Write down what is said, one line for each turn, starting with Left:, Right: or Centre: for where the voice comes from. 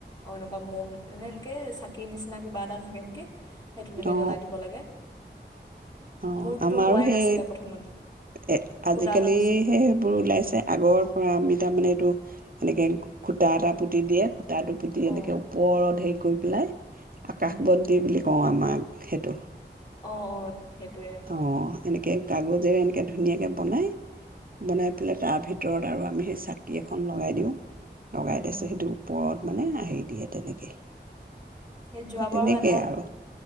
Left: অ', এনেকুৱা মম এনেকে চাকি নিচিনা কিবা এটা থাকে নেকি সেইতেনেকৈ
Right: অ
Left: জ্বলাই দিব লাগে।
Right: অ',
Left: মোৰটোতো
Right: আমাৰো
Left: হোৱাই
Right: সেই
Left: নাছিলে প্ৰথমতে
Right: এ
Left: ফুটা
Right: আজিকালিহে
Left: হৈ গৈছিলে
Right: সেইবোৰ ওলাইছে আগৰ আমি তাৰ মানে এইটো এনেকে খুটা এটা পুতি দিয়ে খু ত দুপিটি
Left: অ
Right: এনেকে ওপৰত হেৰি কৰি পেলাই আকাশ
Left: উম
Right: বন্তি বুলি কওঁ আমাক সেইটো
Left: অ', অ'। সেইটোৱে
Right: অ', এনেকে কাগজে এনে ধুনীয়াকৈ বনাই, বনাই পেলাই তাৰ ভিতৰত আৰু আমি সেই চাকি এখন লগাই দিওঁ। লগাই
Left: উম
Right: দিছে সেইটোৰ ওপৰত মানে হেৰি দিয়ে তেনেকে
Left: সে যোৱাবাৰৰ
Right: সেই তেনেকেই
Left: এটা
Right: আৰু